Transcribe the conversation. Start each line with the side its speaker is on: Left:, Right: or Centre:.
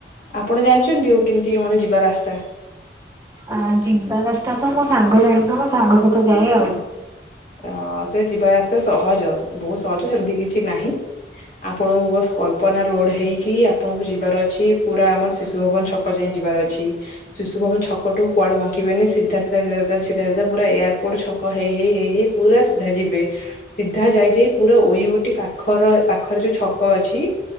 Left: ଆପଣ ଜାଣିଛନ୍ତି ଆଉ କେମିତି କଣେ ଯିବା ରାସ୍ତା
Right: ଆ ଜିବା ରାସ୍ତା ତ ମୋ ସାଙ୍ଗ ଜାଣିଛ ମୋ ସାଙ୍ଗ ସହିତ ଯାଏ ଆଉ
Left: ଅ ସେ ଯିବାସ୍ତେ ସହଜ ବହୁତ ସହଜ ସେମତି କିଛି ନାହିଁ ଆପଣଙ୍କୁ ବସ କଳ୍ପନା ରୋଡ ହେଇକି ଆପଣଙ୍କୁ ଯିବାର ଅଛି ପୁରା ଆମର ଶିଶୁ ଭବନ ଛକ ପୋକ ଯାଇଁ ଯିବାର ଅଛି ଶିଶୁ ଭମ କ ଟୁଆଡେଙ୍କିିବନି ସିଧା ସିଧ ସିଧ ସିଧ ସିଧା ପୁର ଏୟାରପୋର୍ଟ ଛକ ହେଇ ହେଇ ହେଇ ହେଇ ପୁରାଧା ଯିବେ ସିଧା ଯାଇଯାଇ ପୁରା ଇ ଗୋଟେ ପାଖର ପାଖରେ ଯୋଉ ଛକ ଅଛି